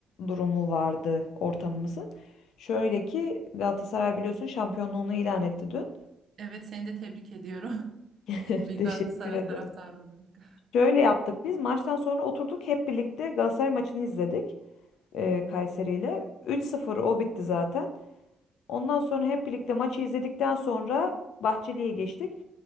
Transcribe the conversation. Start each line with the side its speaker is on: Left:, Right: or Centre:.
Left: durumu vardı ortamımızın. Şöyle ki Galatasaray biliyorsun şampiyonluğunu ilan etti dün.
Right: Evet seni de tebrik ediyorum.
Left: <laughs>
Right: <laughs> Bir
Left: Teşekkür
Right: Galatasaray
Left: ederim.
Right: taraftarı olarak.
Left: Şöyle yaptık biz maçtan sonra oturduk hep birlikte Galatasaray maçını izledik e, Kayseri ile. 3-0 o bitti zaten. Ondan sonra hep birlikte maçı izledikten sonra Bahçeli'ye geçtik.